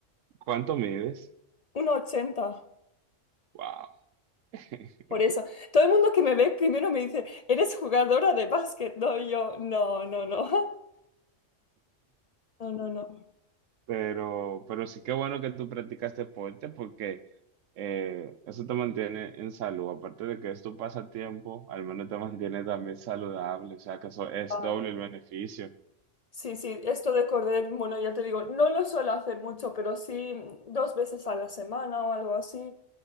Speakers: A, on the right (about 80°); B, on the left (about 60°).
A: ¿Cuánto mides?
B: Uno ochenta,
A: Wow. <laughs>
B: por eso. Todo el mundo que me ve primero me dice, ¿eres jugadora de básquet? No, y yo, no, no, no. <laughs> No, no, no.
A: Pero, pero sí que bueno que tú practicas deporte porque eh, eso te mantiene en salud. Aparte de que es tu pasatiempo, al menos te mantiene también saludable. O sea, que eso es
B: Ah,
A: doble
B: no.
A: el beneficio.
B: Sí, sí, esto de correr, bueno, ya te digo, no lo suelo hacer mucho, pero sí dos veces a la semana o algo así.